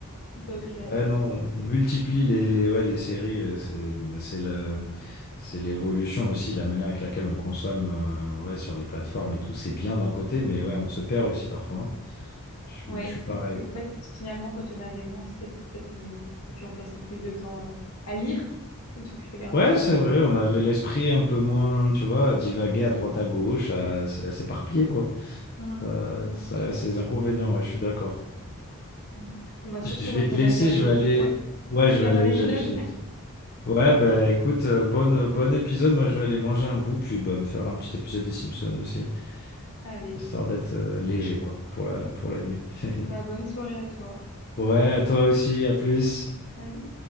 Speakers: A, on the left (about 70°); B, on the left (about 45°).
A: Donc, euh,
B: Ouais, non, on multiplie les, ouais, les séries. euh, C'est bah, c'est le- c'est l'évolution aussi de la manière avec laquelle on consomme euh, ouais, sur les plateformes et tout. C'est bien d'un côté, mais ouais, on se perd aussi parfois. hein. Je, suis
A: ouais,
B: je suis pareil.
A: Donc, en fait, finalement, quand il y en avait moins, c'était peut-être mieux. Et puis on passait plus de temps euh, à lire plutôt qu'à regarder
B: Ouais, c'est
A: la télé.
B: vrai, on avait l'esprit un peu moins, tu vois, à divaguer à droite à gauche, à, s- à s'éparpiller, quoi.
A: Hum,
B: Ça,
A: Non,
B: ça
A: c'est clair.
B: a ses inconvénients, ouais, je suis d'accord.
A: Hum. Bon, bah, sur
B: Je
A: ce,
B: je
A: moi,
B: vais
A: je vais
B: te
A: aller
B: laisser,
A: regarder,
B: je vais aller.
A: ouais,
B: Ouais,
A: regarder
B: je vais aller,
A: un épisode.
B: j'allais chez Eddie.
A: <laughs>
B: Ouais, bah écoute, euh, bonne, euh, bon épisode. Moi, je vais aller manger un bout, puis bah, me faire un petit épisode des Simpsons aussi,
A: Allez,
B: histoire d'être euh, léger, quoi, pour la, pour la nuit. <laughs>
A: bah, bonne soirée à toi.
B: Ouais, à toi aussi, à plus.
A: Salut.